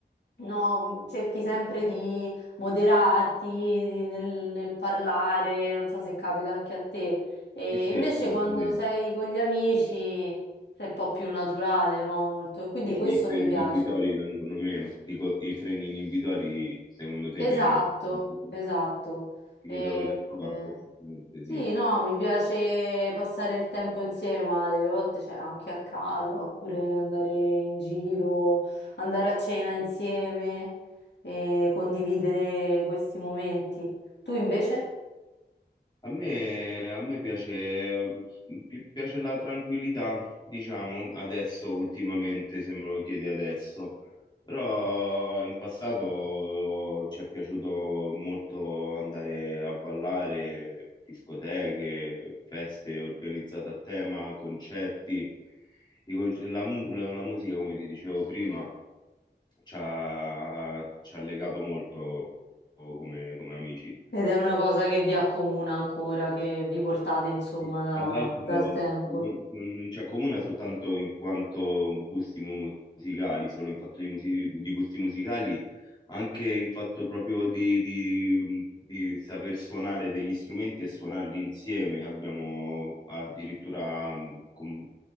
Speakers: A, on the left (about 75°); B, on the left (about 25°).
A: no, cerchi sempre di moderarti di- nel, nel parlare, non so se capita anche a te. E
B: Sì, sì,
A: invece
B: assolutamente.
A: quando sei con gli amici sei un po' più naturale, no? Molto. E quindi
B: Dici,
A: questo
B: I freni
A: mi piace.
B: inibitori vengono meno. Dico, i freni inibitori secondo te
A: Esatto,
B: vengono meno?
A: esatto.
B: Ci
A: E-
B: Mi trovi d'accordo,
A: eh,
B: effettivamente,
A: Sì,
B: sì.
A: no, mi piace passare il tempo insieme, ma delle volte c'è anche a casa, oppure andare in giro, andare a cena insieme e condividere questi momenti. Tu invece?
B: A me, a me piace, pi- piace la tranquillità, diciamo, adesso, ultimamente, se me lo chiedi adesso. Però in passato ci è piaciuto molto andare a ballare, discoteche, feste organizzate a tema, concerti. I conce- la, mu- la- la musica, come ti dicevo prima, ci ha, ci ha legato molto come, come amici.
A: Ed è una cosa che vi accomuna ancora, che vi portate insomma
B: Sì,
A: da-
B: Tra l'altro
A: dal tempo.
B: non, non- non ci accomuna soltanto in quanto gusti mu- musicali, solo in fatto di, musi- di gusti musicali, anche in fatto proprio di, di- di saper suonare degli strumenti e suonarli insieme. Abbiamo addirittura mh, com-